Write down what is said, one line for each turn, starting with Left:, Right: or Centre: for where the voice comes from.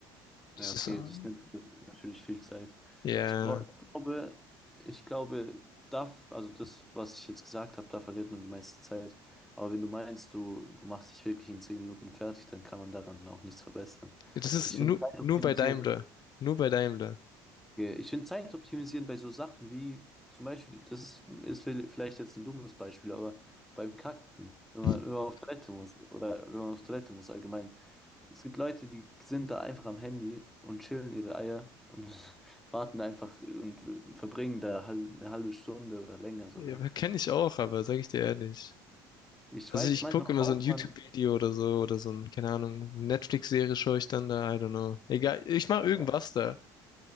Centre: Ja,
Left: Das
Centre: okay,
Left: ist, ja,
Centre: das nimmt natürlich viel Zeit.
Left: yeah.
Centre: Ich brauche, ich glaube, ich glaube, darf, also das, was ich jetzt gesagt habe, da verliert man die meiste Zeit. Aber wenn du meinst, du, du machst dich wirklich in zehn Minuten fertig, dann kann man daran auch nichts verbessern.
Left: Das ist
Centre: Ich
Left: nur,
Centre: finde Zeit
Left: nur
Centre: optimisieren,
Left: bei Daimler. Nur bei Daimler.
Centre: ich finde Zeit optimisieren bei so Sachen wie zum Beispiel, das ist, ist vielleicht jetzt ein dummes Beispiel, aber beim Kacken, wenn man,
Left: <laughs>
Centre: wenn man auf Toilette muss oder wenn man auf Toilette muss allgemein. Es gibt Leute, die sind da einfach am Handy und chillen ihre Eier und <laughs> warten einfach und verbringen da hal- eine halbe Stunde oder länger sogar.
Left: Ja, kenne ich auch, aber sage ich dir ehrlich.
Centre: Ich
Left: Also
Centre: weiß,
Left: ich
Centre: manchmal
Left: gucke immer
Centre: braucht
Left: so ein YouTube-Video
Centre: man,
Left: oder so oder so ein, keine Ahnung, Netflix-Serie schaue ich dann da, I don't know. Egal, ich mache irgendwas
Centre: ja,
Left: da.